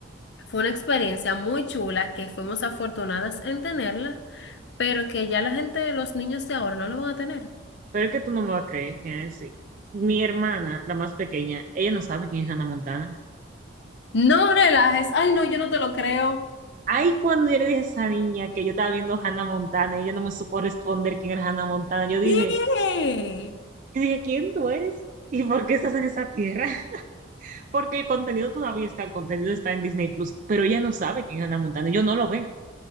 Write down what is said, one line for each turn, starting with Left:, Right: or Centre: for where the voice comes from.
Left: fue una experiencia muy chula que fuimos afortunadas en tenerla, pero que ya la gente, los niños de ahora no lo van a tener.
Right: Pero es que tú no me vas a creer, Genesis. Mi hermana, la más pequeña, ella no sabe quién es Hannah Montana.
Left: No relajes, ay no, yo no te lo creo.
Right: Ay, cuando yo le dije a esa niña que yo estaba viendo Hannah Montana y ella no me supo responder quién era Hannah Montana, yo dije,
Left: ¿Qué?
Right: yo dije, ¿quién tú eres? ¿Y por qué estás en esa tierra? <laughs> Porque el contenido todavía está, el contenido está en Disney Plus, pero ella no sabe quién es Hannah Montana, yo no lo ven.